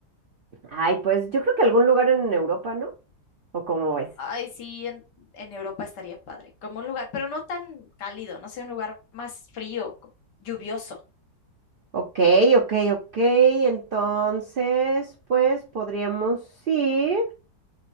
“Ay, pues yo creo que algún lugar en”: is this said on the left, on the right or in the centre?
Right